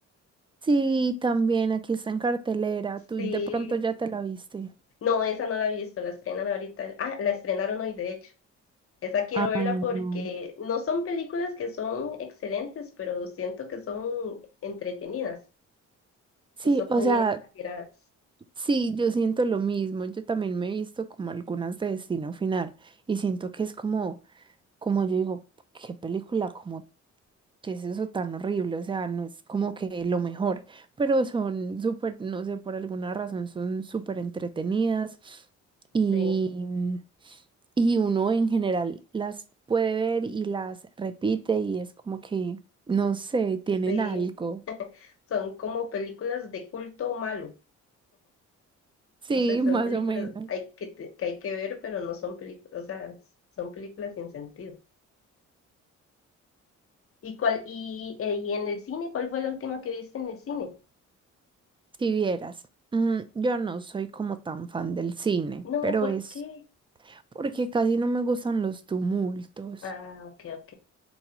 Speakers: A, on the right; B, on the left.
A: Sí, también aquí está en cartelera. Tú
B: Sí,
A: de pronto ya te la viste.
B: no, esa no la he visto, la estrenan ahorita. Ah, la estrenaron hoy, de hecho. Esa quiero
A: Ay,
B: verla porque
A: no.
B: no son películas que son excelentes, pero siento que son entretenidas,
A: Sí,
B: son
A: o
B: muy
A: sea,
B: exageradas.
A: Sí, yo siento lo mismo. Yo también me he visto como algunas de Destino Final y siento que es como, como yo digo, qué película, como qué es eso tan horrible. O sea, no es como que lo mejor, pero son súper, no sé, por alguna razón son súper entretenidas y,
B: Sí,
A: y uno en general las puede ver y las repite y es como que, no sé, tienen
B: sí,
A: algo.
B: son como películas de culto malo.
A: Sí,
B: No sé, son
A: más
B: películas
A: o menos.
B: hay que, te- que hay que ver, pero no son películas, o sea, son películas sin sentido. ¿Y cuál, y, eh, y en el cine, cuál fue la última que viste en el cine?
A: Si vieras, mm, yo no soy como tan fan del cine,
B: No,
A: pero
B: ¿por
A: es
B: qué?
A: porque casi no me gustan los tumultos.
B: Ah, ok,